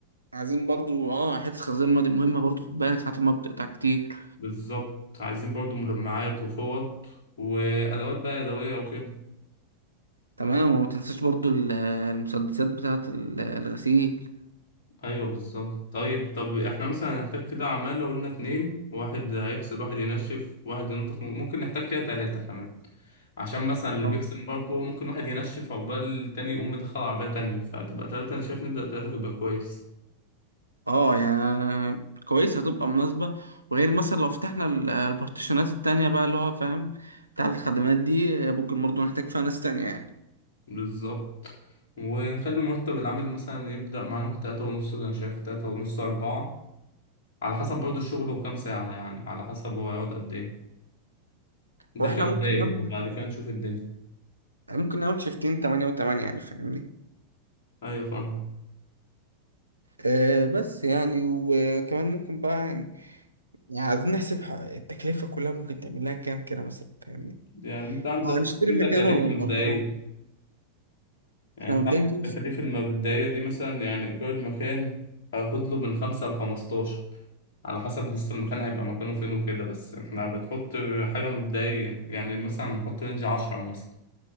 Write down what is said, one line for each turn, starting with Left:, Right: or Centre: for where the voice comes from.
Right: عايزين برضو اه حته الخزيمه دي مهمه برضو خد بالك ساعه ما بتقطع كتير
Left: بالظبط عايزين برضه مجمعات وفوط وأدوات بقى يدوية وكده
Right: تمام وما تنساش برضو ال- المسدسات بتاعه ال- الغسيل
Left: ايوه بالظبط طيب طب احنا مثلا هنحتاج كده عمالة قلنا اتنين واحد هيغسل واحد ينشف واحد ينظف ممكن نحتاج كده تلاتة كمان عشان مثلا اللي
Right: آه.
Left: بيغسل مباركو ممكن واحد ينشف عقبال التاني يقوم مدخل عربية تانية فتبقى تلاتة أنا شايف نبدأ تلاتة يبقى كويس
Right: اه يعني كويس هتبقى مناسبة وغير مثلا لو فتحنا ال- البارتيشنات التانية بقى اللي هو فاهم بتاعة الخدمات دي ممكن برضه نحتاج فيها ناس تانية يعني
Left: بالظبط ونخلي مرتب العمل مثلا يبدأ معانا من تلاتة ونص أنا شايف تلاتة ونص أربعة على حسب برضه الشغل وكام ساعة يعني على حسب هو هيقعد قد إيه ده
Right: واحنا
Left: كبداية
Right: ممكن نعمل
Left: وبعد كده نشوف الدنيا
Right: ممكن نعمل شيفتين تمانية وتمانية يعني فاهمني
Left: أيوة فاهم
Right: آه بس يعني وكمان ممكن بقى يعني, يعني عايزين نحسب ح- التكلفة كلها ممكن تعمل لها كام كده مثلا فاهمني
Left: يعني انت عندك
Right: ما هو نشتري
Left: في
Right: مكان
Left: تكاليف
Right: ولا
Left: مبدئية
Right: نأجره
Left: يعني
Right: احنا
Left: انت
Right: مبدئيا
Left: عندك
Right: كده
Left: التكاليف المبدئية دي مثلا يعني إيجار المكان هياخد له من خمسة لخمستاشر على حسب لسه المكان هيبقى مكانه فين وكده بس احنا بتحط حاجة مبدئية يعني مثلا نحط رينج عشرة مثلا